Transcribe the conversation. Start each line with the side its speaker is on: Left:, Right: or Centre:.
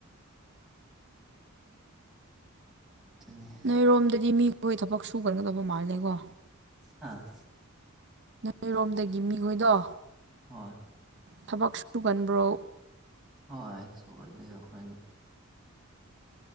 Centre: ꯑꯗꯨꯅꯤ
Right: ꯅꯣꯏꯔꯣꯝꯗꯗꯤ ꯃꯤꯈꯣꯏ ꯊꯕꯛ ꯁꯨꯒꯅꯒꯗꯕ ꯃꯥꯜꯂꯦꯀꯣ
Centre: ꯑ
Right: ꯃꯔꯣꯝꯗꯒꯤ ꯃꯤꯈꯣꯏꯗꯣ
Centre: ꯍꯣꯏ
Right: ꯊꯕꯛ ꯁꯨꯒꯟꯕ꯭ꯔꯣ
Centre: ꯍꯣꯏ ꯁꯣꯛꯒꯜꯂꯤ ꯑꯩꯈꯣꯏꯅꯤ